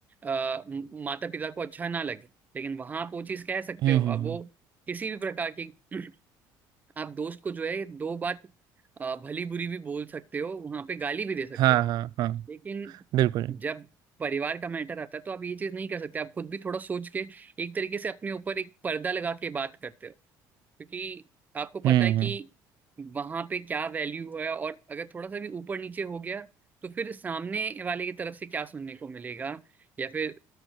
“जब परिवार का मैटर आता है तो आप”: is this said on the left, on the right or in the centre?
Right